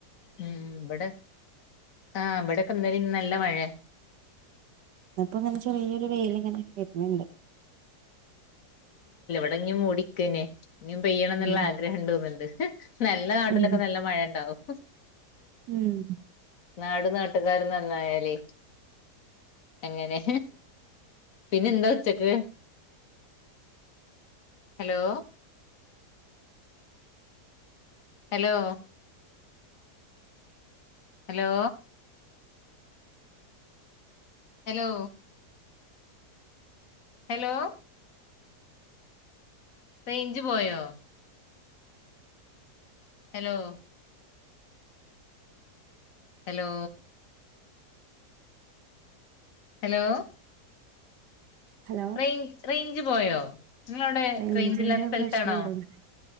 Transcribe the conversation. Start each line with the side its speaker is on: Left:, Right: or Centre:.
Left: ഉം ഇവിടെ ആഹ ഇവിടെൊക്കെ ഇന്നാല നല്ല മഴയ
Right: അപ്പൊ ഇങ്ങനെ ചെറിയൊരു വെൽ ഇങ്ങനെ വരുന്നുണ്ട്
Left: അടങ്ങി മടിക്കനെ ഇനും പെയ്യണം എന്നുള്ള
Right: ഉം
Left: ആഗ്രഹംുണ്ടോന്നുന്നുണ്ട് നല്ല നാട്ടിലൊക്കെ
Right: ഉം
Left: നല്ല മഴുണ്ടാവും
Right: ഉം
Left: നാട നാട്ടുകാരും നന്നായാലേ അങ്ങനെ പിന്നെ എന്താ ഉച്ചക്ക് hello hello hello hello hello range പോയോ hello hello hello
Right: hello
Left: range range പോയോ നിങ്ങളവിടെ
Right: റേഞ്ചിന്റെ
Left: റേഞ്ച് ഇല്ലാത്ത സ്ഥലത്താണോ
Right: പ്രശ്നണ്ടോന്ന്